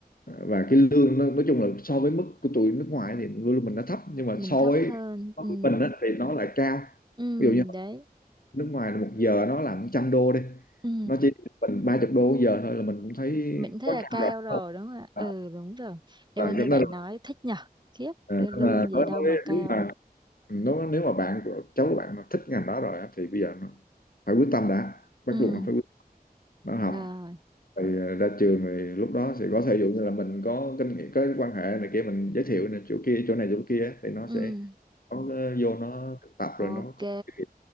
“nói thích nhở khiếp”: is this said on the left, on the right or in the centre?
Right